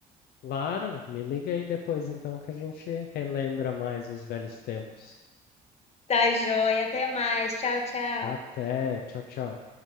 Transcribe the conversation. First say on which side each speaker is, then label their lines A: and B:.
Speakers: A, on the left; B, on the left.
A: Claro, me liga aí depois então que a gente relembra mais os velhos tempos.
B: Tá, joia. Até mais. Tchau, tchau.
A: Até, tchau, tchau.